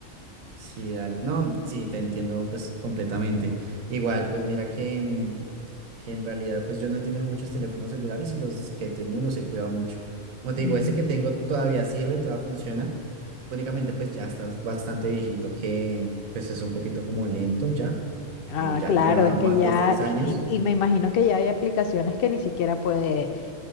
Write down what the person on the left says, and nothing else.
Mm,
Ah,
claro,
es
que ya,
y,
y- y me imagino que ya hay aplicaciones que ni siquiera puede